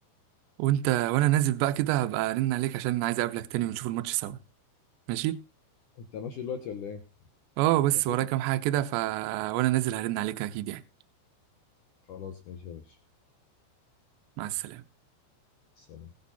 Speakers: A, on the right; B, on the left.
A: وانت وانا نازل بقى كده هبقى ارن عليك عشان عايز اقابلك تاني ونشوف الماتش سوا ماشي
B: انت ماشي دلوقتي ولا ايه
A: اه بس
B: هتقوم
A: ورايا كام حاجة كده ف وانا نازل هرن عليك اكيد يعني
B: خلاص ماشي يا باشا
A: مع السلامة
B: سلام